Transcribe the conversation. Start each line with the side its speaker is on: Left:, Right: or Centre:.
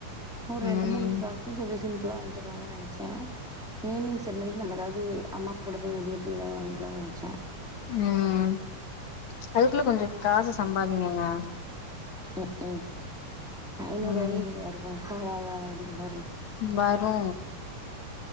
Centre: ஒரு
Left: ம்
Centre: ரெண்டு மூண் ஃப்ராக் க்கு கொஞ்ச சிம்பிளா வாங்கிட்டு வருவாங்கன் நெனச்சே நேமிங் சென்மணிக்கு நம்ம எதாவது அம்மாக் கூட வெளிய போய் ஏதாவது வாங்கிக்லான் நெனச்சே
Left: ம் அதுக்குள்ள கொஞ்சோ காசு சம்பாதீங்கங்க
Centre: ம் ம் ஐநூறுவாயே
Left: ம்
Centre: இங்க வருமா வாராதா அப்படிங் மார் இருக்
Left: வரு